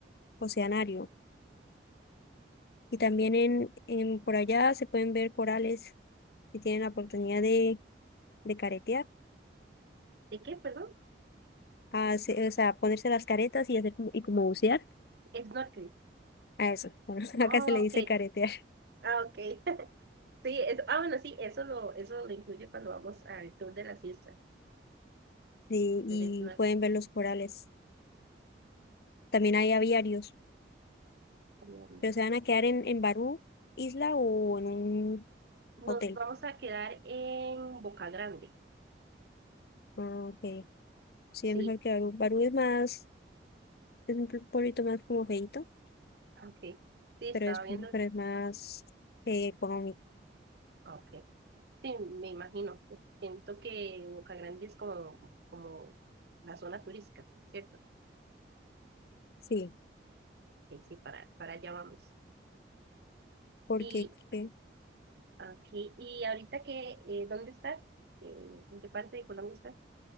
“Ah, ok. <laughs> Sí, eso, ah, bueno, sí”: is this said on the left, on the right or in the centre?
Right